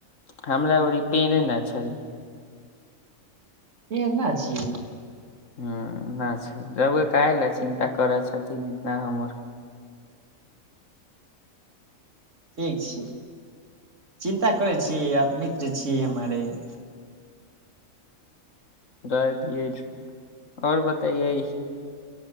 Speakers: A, on the left; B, on the right.
A: हमरा ओरी पेड़े न छै
B: ए ना छी
A: हु ना छै रौआ कहे ल चिन्ता करै छथिन इतना हमर
B: ठीक छी चिन्ता करै छी आ मित्र छी हमारे <inaudible>
A: रह दियै आओर बतैयै